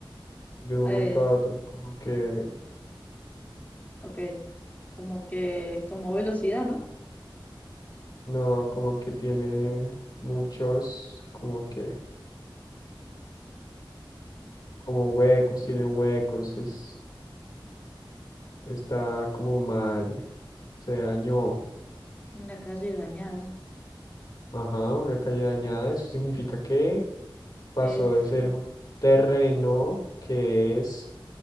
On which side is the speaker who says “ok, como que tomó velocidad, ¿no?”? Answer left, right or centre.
Left